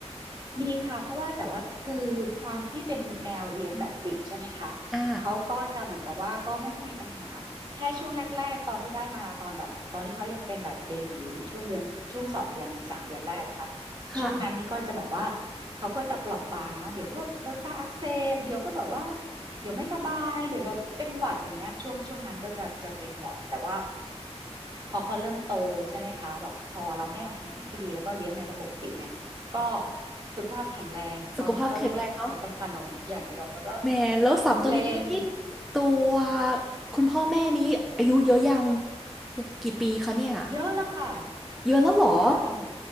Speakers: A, on the right; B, in the centre.
A: มีค่ะเพราะว่าแต่ว่าคือความที่เป็นแมวเลี้ยงแบบปิดใช่ไหมคะเขาก็จะเหมือนกับว่าก็ไม่ค่อยมีปัญหาแค่ช่วงแรกๆตอนที่ได้มาตอนแบบตอนที่เขายังเป็นแบบเบบีช่วงเดือนช่วงสองเดือนสามเดือนแรกค่ะ
B: อ่า ค่ะ
A: ช่วงนั้นนี่ก็จะแบบว่าเขาก็จะเปราะบางเนาะเดี๋ยวก็แบบเออตาอักเสบเดี๋ยวก็แบบว่าเดี๋ยวไม่สบายเดี๋ยวแบบเป็นหวัดอะไรเงี้ยช่วงช่วงนั้นก็จะจะเป็นบ่อยแต่ว่าพอเขาเริ่มโตใช่ไหมคะแบบพอเราให้อาหารที่ดีแล้วก็เลี้ยงในระบบปิดเนี่ย ก็สุขภาพแข็งแรง
B: สุขภาพแข็งแรงเนาะ
A: ตอนนี้ก็เรียกเอาแต่ขนมอย่างเดียวแล้วก็
B: แหมแล้วสามตัวนี้นี่
A: เล่น
B: ตัวคุณพ่อแม่นี้อายุเยอะยังกี่ปีคะเนี่ย
A: เยอะแล้วค่ะ
B: เยอะแล้วเหรอ
A: โอ้ถ้าเป็น